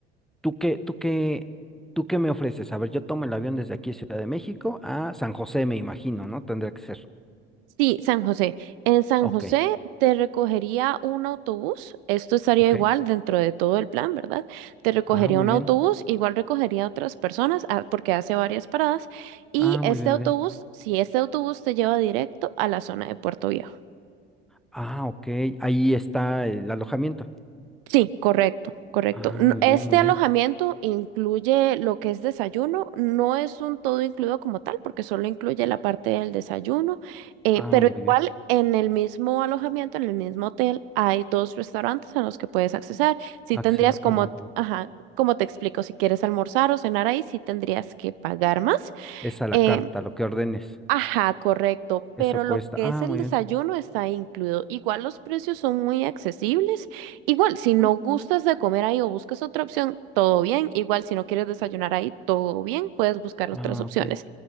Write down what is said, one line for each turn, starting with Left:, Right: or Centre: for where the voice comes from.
Centre: ¿tú qué, tú qué, tú qué me ofreces? A ver, yo tomo el avión desde aquí, Ciudad de México, a San José, me imagino, ¿no? Tendría que ser.
Right: Sí, San José. En San
Centre: Ok,
Right: José te recogería un autobús. Esto estaría
Centre: ok.
Right: igual dentro de todo el plan, ¿verdad? Te recogería
Centre: Ah, muy
Right: un
Centre: bien.
Right: autobús, igual recogería a otras personas ah, porque hace varias paradas. Y
Centre: Ah,
Right: este
Centre: muy bien,
Right: autobús,
Centre: muy bien.
Right: si este autobús te lleva directo a la zona de Puerto Viejo.
Centre: Ah, ok. Ahí está el alojamiento.
Right: Sí, correcto, correcto.
Centre: Ah,
Right: N-
Centre: muy
Right: Este
Centre: bien, muy
Right: alojamiento
Centre: bien.
Right: incluye lo que es desayuno, no es un todo incluido como tal, porque solo incluye la parte del desayuno, eh,
Centre: Ah,
Right: pero
Centre: muy
Right: igual
Centre: bien.
Right: en el mismo alojamiento, en el mismo hotel, hay dos restaurantes a los que puedes accesar. Si
Centre: Acceda.
Right: tendrías como,
Centre: oh,
Right: t- ajá, como te explico, si quieres almorzar o cenar ahí, sí tendrías que pagar más.
Centre: es a la
Right: eh,
Centre: carta, lo que ordenes.
Right: Ajá, correcto,
Centre: Eso
Right: pero lo
Centre: cuesta.
Right: que
Centre: Ah,
Right: es el
Centre: muy
Right: desayuno
Centre: bien.
Right: está incluido. Igual los precios son muy accesibles. Igual, si no
Centre: Ah,
Right: gustas
Centre: muy bien.
Right: de comer ahí o buscas otra opción, todo bien. Igual, si no quieres desayunar ahí, todo bien, puedes buscar
Centre: Ah,
Right: otras opciones.
Centre: ok.